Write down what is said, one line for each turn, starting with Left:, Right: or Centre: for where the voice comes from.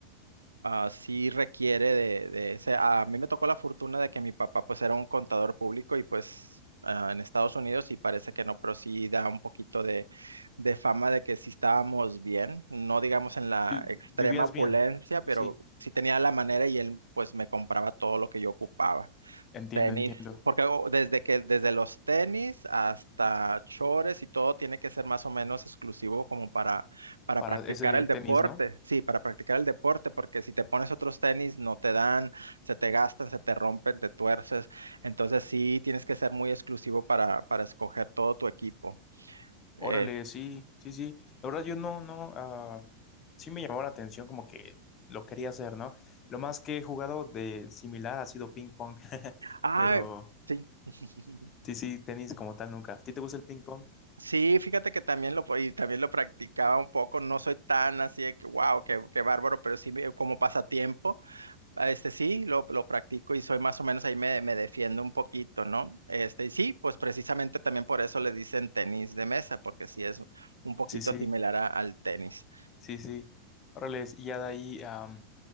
Right: ah, sí requiere de, de ese. A mí me tocó la fortuna de que mi papá pues era un contador público y pues ah, en Estados Unidos y parece que no, pero sí da un poquito de, de fama de que sí estábamos bien, no digamos en la
Left: Vi-
Right: extrema
Left: Vivías
Right: opulencia,
Left: bien. Sí,
Right: pero
Left: sí.
Right: sí tenía la manera y él pues me compraba todo lo que yo ocupaba.
Left: Entiendo,
Right: Tenis,
Left: entiendo.
Right: porque o- desde que desde los tenis hasta chores y todo tiene que ser más o menos exclusivo como para para
Left: Para
Right: practicar
Left: ese
Right: el
Left: tenis,
Right: deporte.
Left: ¿no?
Right: Sí, para practicar el deporte, porque si te pones otros tenis no te dan, se te gastan, se te rompen, te tuerces. Entonces sí tienes que ser muy exclusivo para para escoger todo tu equipo. Eh,
Left: Órale, sí, sí, sí. La verdad yo no, no, ah, sí me llamó la atención como que lo quería hacer, ¿no? Lo más que he jugado de similar ha sido ping pong, <laughs>
Right: ay,
Left: pero
Right: sí. <laughs>
Left: sí, sí, tenis como tal nunca. ¿A ti te gusta el ping pong?
Right: Sí, fíjate que también lo, po- y también lo practicaba un poco, no soy tan así de que, wow, qué, qué bárbaro, pero sí me- como pasatiempo Ah, Este sí, lo, lo practico y soy más o menos ahí me, me defiendo un poquito, ¿no? Este, y sí, pues precisamente también por eso le dicen tenis de mesa, porque sí es un poquito
Left: Sí, sí,
Right: similar a- al tenis.
Left: sí, sí. Órale, y ya de ahí am,